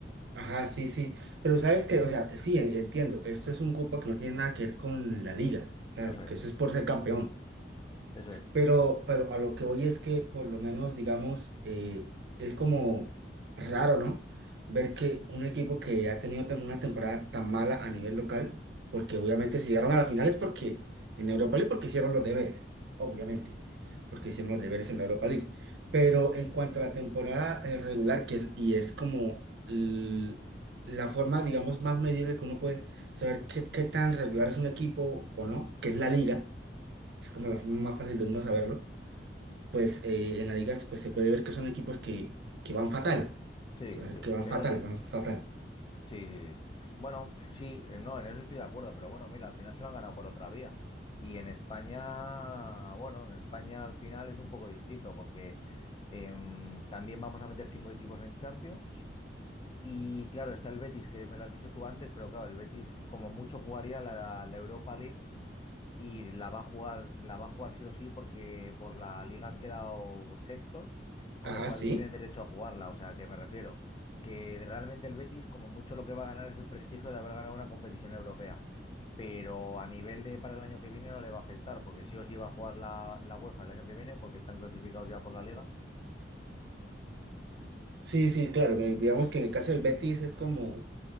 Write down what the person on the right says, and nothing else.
Ajá, sí, sí. Pero sabes que, o sea, sí, en- entiendo. Esto es un cupo que no tiene nada que ver con la liga. Claro,
porque
eso es por ser campeón.
Pero, pero a lo que voy es que por lo menos, digamos, eh, es como raro, ¿no? Ver que un equipo que ha tenido tem- una temporada tan mala a nivel local, porque obviamente si llegaron a la final es porque en Europa League, porque hicieron los deberes, obviamente, porque hicieron los deberes en la Europa League. Pero en cuanto a la temporada eh, regular, que es- y es como l- la forma, digamos, más medible que uno puede saber qué, qué tan regular es un equipo o no, que es la liga, es como la forma más fácil de uno saberlo pues eh, en la liga pues, se puede ver que son equipos que, que van fatal,
que, van
que van
fatal,
van fatal.
Ajá,
sí.
Sí, sí, claro, que digamos que en el caso del Betis es como,